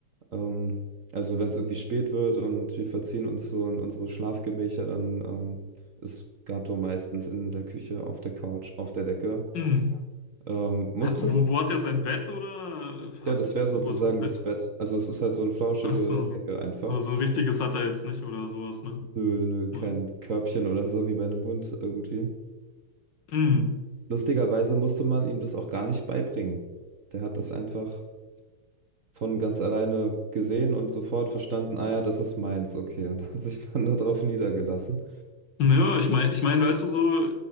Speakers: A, on the right; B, on the left.
A: Ähm, also, wenn es irgendwie spät wird und wir verziehen uns so in unsere Schlafgemächer, dann ähm, ist Gato meistens in der Küche, auf der Couch, auf der Decke.
B: Mm.
A: Ähm, musste?
B: Hat, wo, wo hat er sein Bett oder hat,
A: Ja, das
B: wo
A: wäre sozusagen
B: ist das Bett?
A: das Bett. Also es ist halt so eine flauschige
B: Ach so.
A: Decke einfach.
B: Aber so ein richtiges hat er jetzt nicht oder sowas, ne?
A: Nö, nö,
B: Nein.
A: kein Körbchen oder so wie bei einem Hund irgendwie.
B: Mm.
A: Lustigerweise musste man ihm das auch gar nicht beibringen. Der hat das einfach von ganz alleine gesehen und sofort verstanden, ah ja, das ist meins, okay, und <laughs> hat sich dann darauf niedergelassen.
B: Ja, ich meine, ich mein, weißt du so,